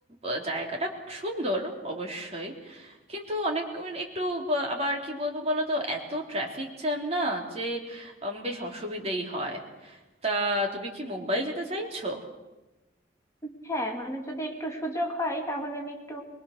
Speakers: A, on the right; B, on the left.
A: আহ, জায়গাটা সুন্দর অবশ্যই কিন্তু অনেক মানে একটু বা- আবার কি বলবো বলো তো এত ট্রাফিক জ্যাম না যে উম, বেশ অসুবিধেই হয় তা তুমি কি মুম্বাই যেতে চাইছো
B: উম, হ্যাঁ মানে যদি একটু সুযোগ হয় তাহলে আমি একটু